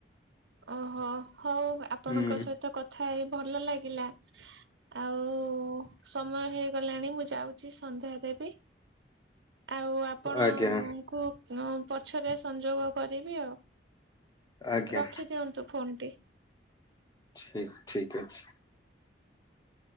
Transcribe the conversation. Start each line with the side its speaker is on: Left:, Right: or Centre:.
Right: ଓହୋ ହଉ ଆପଣଙ୍କ
Left: ହୁଁ
Right: ସହିତ କଥା ହେଇ ଭଲ ଲା ଗିଲା ଆଉ ସମୟ ହେଇଗଲାଣି ମୁଁ ଯାଉଚି ସନ୍ଧ୍ୟା ଦେବି। ଆଉ ଆପଣଙ୍କୁ
Left: ଆଜ୍ଞା
Right: ପଛରେ ସଂଯୋଗ କରିବି ଆଉ।
Left: ଆଜ୍ଞା।
Right: ରଖି ଦିଅନ୍ତୁ ଫୋନ୍ ଟି।
Left: ଠିକ୍ ଠିକ୍ ଅଛି।